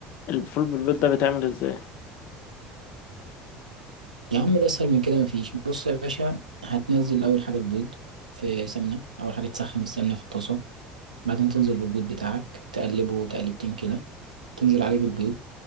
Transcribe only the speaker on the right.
يا عم ده اسهل من كده مفيش بص يا باشا هتنزل اول حاجة البيض في سمنة اول حاجة تسخن السمنة في الطاسة بعدين تنزل بالبيض بتاعك تقلبه تقليبتين كده تنزل عليه بالبيض